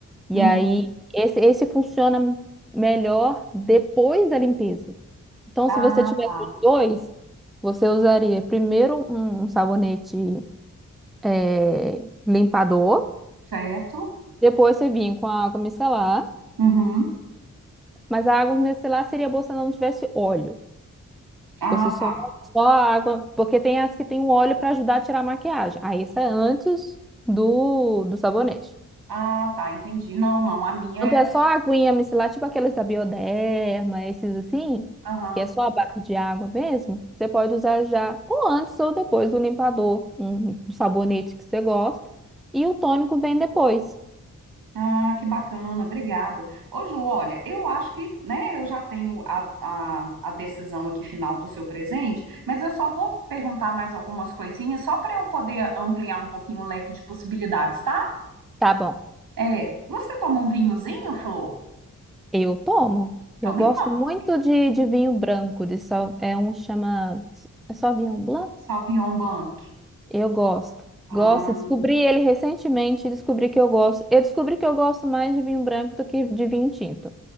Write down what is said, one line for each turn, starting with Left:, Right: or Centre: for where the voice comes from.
Centre: E
Right: Uhum.
Centre: aí, esse, esse funciona melhor depois da limpeza. Então,
Right: Ah,
Centre: se você tivesse
Right: tá.
Centre: os dois, você usaria primeiro um, um sabonete é, limpador,
Right: Certo?
Centre: depois você vinha com a água micelar,
Right: Uhum.
Centre: mas a água micelar seria boa se ela não tivesse óleo.
Right: Ah,
Centre: Você só,
Right: tá.
Centre: só a água, porque tem as que tem o óleo para ajudar a tirar a maquiagem. Aí isso é antes do, do sabonete.
Right: Ah, tá. Entendi. Não, não. A minha
Centre: Então é
Right: é.
Centre: só a aguinha micelar, tipo aqueles da Bioderma, esses assim,
Right: Aham.
Centre: que é só a base de água mesmo. Você pode usar já ou antes ou depois do limpador, um um sabonete que você gosta, e o tônico vem depois.
Right: Ah, que bacana, obrigada. Ô, Ju, olha, eu acho que, né, eu já tenho a, a, a decisão aqui final do seu presente, mas eu só vou perguntar mais algumas coisinhas, só para eu poder ampliar um pouquinho o leque de possibilidades, tá?
Centre: Tá bom.
Right: É, você toma um vinhozinho, Flor?
Centre: Eu tomo.
Right: Então
Centre: Eu
Right: me
Centre: gosto
Right: conte.
Centre: muito de, de vinho branco, de só, é um chama, é só vinho blanc?
Right: Sauvignon Blanc.
Centre: Eu gosto.
Right: Ah,
Centre: Gosto. Descobri ele recentemente, descobri que eu gosto. Eu descobri que eu gosto mais de vinho branco do que de vinho tinto.